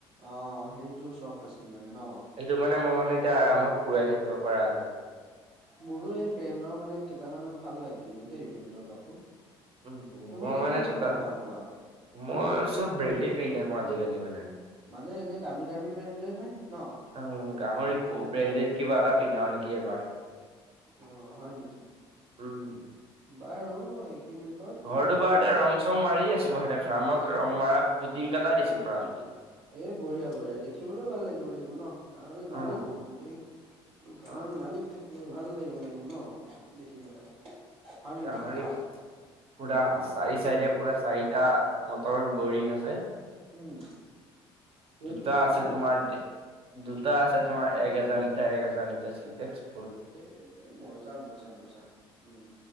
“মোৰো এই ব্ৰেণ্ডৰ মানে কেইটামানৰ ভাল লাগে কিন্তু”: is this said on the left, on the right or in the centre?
Right